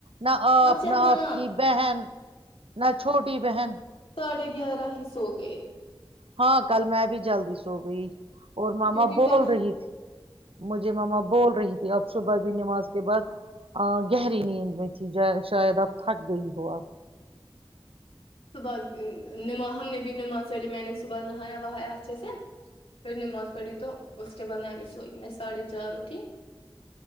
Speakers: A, on the right; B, on the left.
A: نہ آپ
B: اچھا
A: نہ
B: ہاں
A: آپ کی بہن نہ چھوٹی بہن
B: پے گیارہ ہی سو گئے
A: ہاں کل میں بھی جلد سو گئی اور ماما
B: کیونکہ
A: بول
B: کل
A: رہی تھھی مجھے مما بول رہی تھی آپ صبح بھی نماز کے بعد گہری نیند میں تھی شاید اب تھک گئی ہو اب
B: صبح نماز ہم نے بھی نماز سلیے می نے صبح نہایا وائایا اچھ سے پھر نماز پڑی تو اس چبان ابھی سوئی میں ساڑھے چار اٹھی